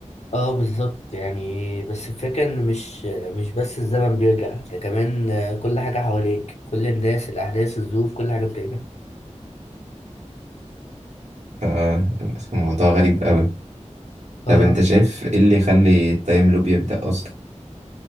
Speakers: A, on the left; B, on the right.
A: اه بالظبط يعني بس الفكرة ان مش مش بس الزمن بيرجع ده كمان آه، كل حاجة حواليك كل الناس الاحداث الظروف كل حاجة بترجع
B: ف- فموضوع غريب قوي
A: اه
B: طب انت شايف ايه اللي يخلي التايم لوب يبدأ اصلا